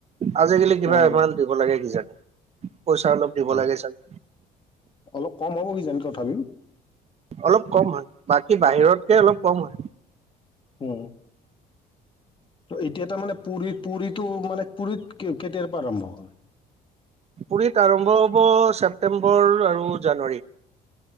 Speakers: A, on the right (about 40°); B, on the left (about 30°).
A: আজিকালি কিবা
B: আহ
A: এমাউণ্ট দিব লাগে কিজানো পইচা অলপ দিব
B: অ,
A: লাগে জানো
B: অলপ কম হ'ব কিি জানে তথাপিম
A: অলপ কম হয় বাকী বাহিৰতকে অলপ কম হয়
B: উ এতিয়া তাৰ মানে পী পুৰীতটো মানে পুুৰীত কেটৰ পৰা আৰমভ হ'ল
A: পুুৰীত আৰম্ভ হব ছেপ্তেম্বৰ আৰু জানুৱাৰীত